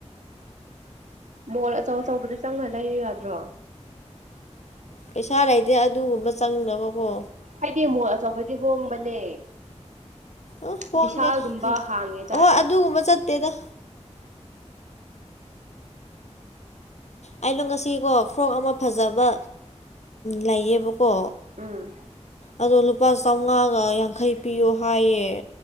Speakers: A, on the right; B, on the left.
A: ꯎꯝ ꯃꯣꯜ ꯑꯆꯧ ꯑꯆꯧꯕꯗ ꯆꯪꯉ ꯂꯩꯌꯣꯌꯥꯗ꯭ꯔꯣ
B: ꯄꯩꯁꯥ ꯂꯩꯇꯦ ꯑꯗꯨꯒꯨꯝꯕ ꯆꯪꯅꯕꯀꯣ꯫
A: ꯍꯥꯏꯗꯤ ꯃꯣꯜ ꯑꯆꯧꯕꯗꯤ ꯍꯣꯡꯕꯅꯦ꯫
B: ꯑ ꯍꯣꯡꯗꯦ
A: ꯕꯤꯁꯥꯜꯒꯨꯝꯕ ꯍꯥꯡꯉꯦ ꯗꯥꯏ
B: ꯍꯣꯏ ꯑꯗꯨꯒꯨꯝꯕ ꯆꯠꯇꯦꯗ ꯑꯩꯗꯣ ꯉꯁꯤꯀꯣ ꯐ꯭ꯔꯣꯛ ꯑꯃꯥ ꯐꯖꯕ ꯂꯩꯌꯦꯕꯀꯣ
A: ꯎꯝ
B: ꯑꯗꯣ ꯂꯨꯄꯥ ꯆꯧꯉꯥꯒ ꯌꯥꯡꯈꯩ ꯄꯤꯌꯣ ꯍꯥꯏꯌꯦ